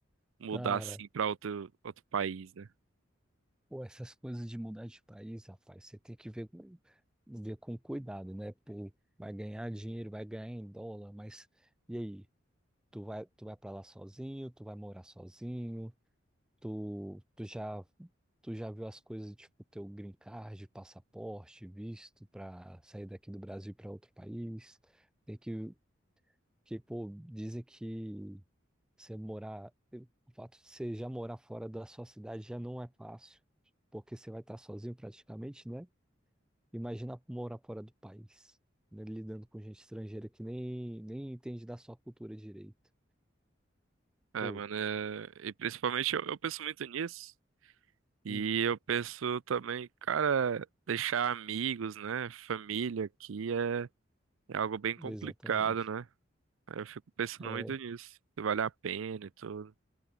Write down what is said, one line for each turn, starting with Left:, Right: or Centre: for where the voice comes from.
Right: mudar
Centre: Cara,
Right: assim pra outro, outro país, né?
Centre: pô, essas coisas de mudar de país, rapaz, você tem que ver, com- ver com cuidado, né? Pô, vai ganhar dinheiro, vai ganhar em dólar, mas e aí? Tu vai, tu vai pra lá sozinho? Tu vai morar sozinho? Tu, tu já, tu já viu as coisas, tipo, teu green card, passaporte, visto pra sair daqui do Brasil pra outro país? Tem que, que, pô, dizem que Você morar, o fato de você já morar fora da sua cidade já não é fácil, porque você vai estar sozinho praticamente, né? Imagina morar fora do país, né? Lidando com gente estrangeira que nem, nem entende da sua cultura direito.
Right: É,
Centre: Pô,
Right: mano, é... e principalmente eu, eu penso muito nisso. E
Centre: hum,
Right: eu penso também, cara, deixar amigos, né? Família aqui é, é algo bem complicado,
Centre: exatamente.
Right: né? Aí Eu fico pensando
Centre: É,
Right: muito nisso, se vale a pena e tudo.